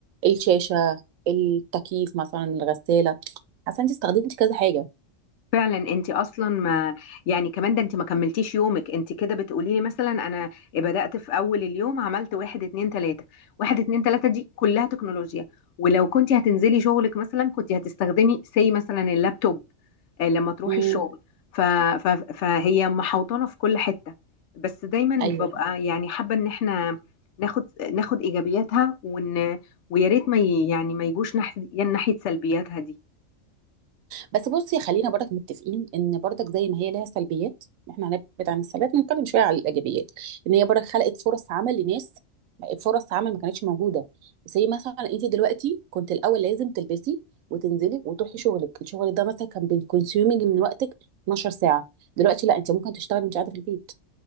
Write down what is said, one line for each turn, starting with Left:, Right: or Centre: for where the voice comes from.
Right: الشاشه التكييف مثلا الغساله حاسه انت استخدمتي كذا حاجه
Left: فعلا انت اصلا ما يعني كمان ده انت ما كملتيش يومك انت كده بتقولي لي مثلا انا بدأت في اول اليوم عملت واحد اتنين تلاتة واحد اتنين تلاتة دي كلها تكنولوجيا ولو كنت هتنزلي شغلك مثلا كنت هتستخدمي سي مثلا اللابتوب آه، لما تروحي
Right: امم
Left: الشغل ف... ف... فهي محوطانة في كل حتة بس دايما
Right: ايوه
Left: ببقى يعني حابة ان احنا ناخد ناخد ايجابياتها وان ويا ريت ما ي... يعني ما يجوش ناحية ناحية سلبياتها دي
Right: بس بصي خلينا برضك متفقين ان برضك زي ما هي لها سلبيات احنا هنبعد عن السلبيات نتكلم شويه على الايجابيات ان هي برضك خلقت فرص عمل لناس فرص عمل ما كانتش موجوده زي مثلا انت دلوقتي كنت الاول لازم تلبسي وتنزلي وتروحي شغلك الشغل ده مثلا كان بيكونسيومينج من وقتك 12 ساعه دلوقتي لا انت ممكن تشتغلي وانت قاعده في البيت